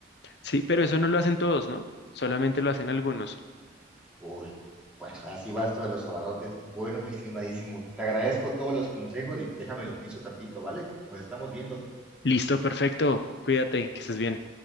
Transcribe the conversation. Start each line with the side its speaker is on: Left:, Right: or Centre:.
Left: Sí, pero eso no lo hacen todos, ¿no? Solamente lo hacen algunos.
Centre: Uy, bueno, así va esto de los abarrotes. Bueno, mi estimadísimo, te agradezco todos los consejos y déjame lo pienso tantito, ¿vale? Nos estamos viendo.
Left: Listo, perfecto. Cuídate, que estés bien.